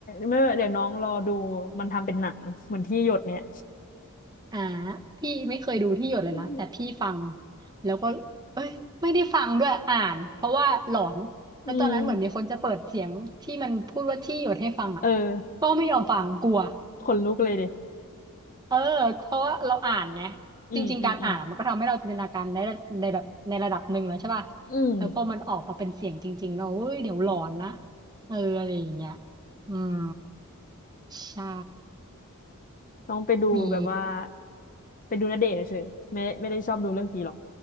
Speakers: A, on the left (about 40°); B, on the right (about 20°).
A: ไม่เป็นไรเดี๋ยวน้องรอดูมันทำเป็นหนังเหมือนที่หยดเนี่ย
B: อ่าพี่ไม่เคยดูที่หยดเลยนะแต่พี่ฟัง
A: อืม
B: แล้วก็ ไม่ได้ฟังด้วยอ่านเพราะว่าหลอนแล้วตอนนั้นเหมือนมีคนจะเปิดเสียงที่มันพูดว่าที่หยดให้ฟังอ่ะ
A: อืมเออ
B: ก็ไม่ยอมฟังกลัว
A: ขนลุกเลยดิ
B: <laughs> เออเพราะว่าเราอ่านไง
A: อืมอืมอืม
B: จริงๆการอ่านมันก็ทำให้เราจินตนาการในในแบบในระดับหนึ่งแล้วใช่ป่ะ
A: อืม
B: แล้วพอมันออกมาเป็นเสียงจริงๆเนาะเฮ้ยเดี๋ยวหลอนนะเอออะไรอย่างเงี้ยอืมใช่
A: น้องไปดูแบบว่า
B: มี
A: ไปดูณเดชน์เฉยๆไม่ไม่ได้ชอบดูเรื่องผีหรอก